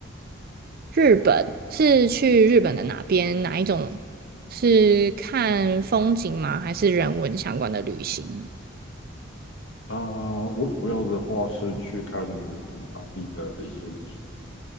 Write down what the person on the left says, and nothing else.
啊、我主要的话是去看当地的一些历史